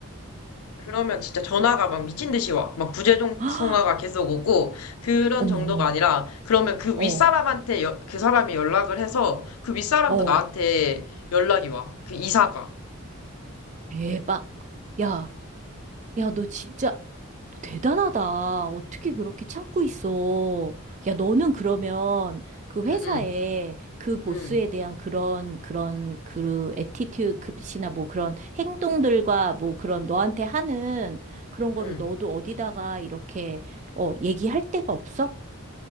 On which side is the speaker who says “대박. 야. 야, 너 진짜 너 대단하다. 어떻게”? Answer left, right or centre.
Right